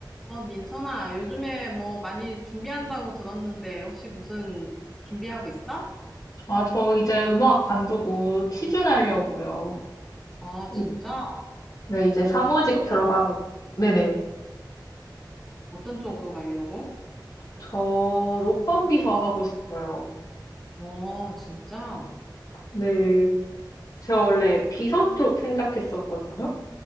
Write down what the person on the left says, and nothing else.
아, 저 이제 음악 관두고 취준하려고요.
이-
네, 이제 사무직
들어가, 네네.
저 로펌 비서 하고 싶어요.
네, 제가 원래 비서 쪽 생각했었거든요.